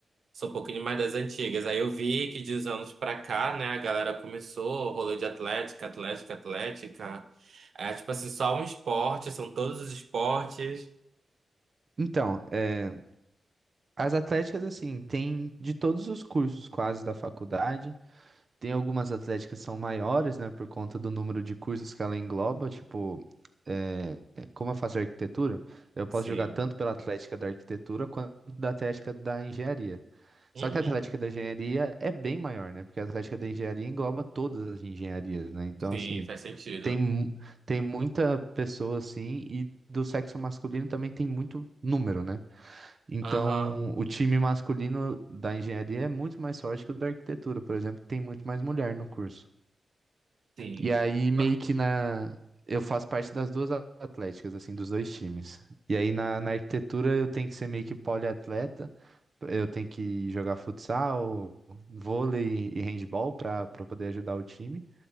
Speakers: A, on the right; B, on the right.
A: Sou um pouquinho mais das antigas. Aí eu vi que de uns anos pra cá, né, a galera começou o rolê de atlética, atlética, atlética. É tipo assim, só um esporte, são todos os esportes.
B: Então, é, as atléticas, assim, tem de todos os cursos quase da faculdade. Tem algumas atléticas que são maiores, né, por conta do número de cursos que ela engloba. Tipo, é, como eu faço arquitetura, eu posso
A: Sim.
B: jogar tanto pela atlética da arquitetura quanto da atlética da engenharia. Só
A: Hum,
B: que a atlética da engenharia é bem maior, né? Porque a atlética da engenharia engloba todas as engenharias, né? Então,
A: sim,
B: assim.
A: faz sentido.
B: Tem, mu- tem muita pessoa assim, e do sexo masculino também tem muito número, né? Então,
A: Aham,
B: o time masculino da engenharia é muito mais forte que o da arquitetura, por exemplo, que tem muito mais mulher no curso.
A: sim.
B: E aí, meio
A: Ba-
B: que na. Eu faço parte das duas a- atléticas, assim, dos dois times. E aí, na, na arquitetura, eu tenho que ser meio que poliatleta, eu tenho que jogar futsal, vôlei e handball para para poder ajudar o time.